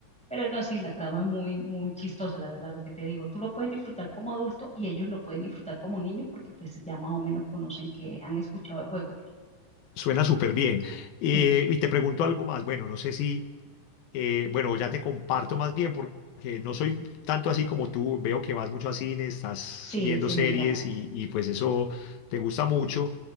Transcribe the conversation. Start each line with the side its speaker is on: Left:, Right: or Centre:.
Centre: Pero no, sí, la trama es muy, muy chistosa, la verdad, lo que te digo. Tú lo puedes disfrutar como adulto y ellos lo pueden disfrutar como niño porque pues ya más o menos conocen que han escuchado de juego.
Left: Suena súper bien. Eh,
Centre: Sí,
Left: y te pregunto algo más. Bueno, no sé si, Eh, bueno, ya te comparto más bien porque no soy tanto así como tú. Veo que vas mucho a cine, estás
Centre: sí,
Left: viendo
Centre: sí,
Left: series
Centre: me encanta.
Left: y, y, pues eso te gusta mucho.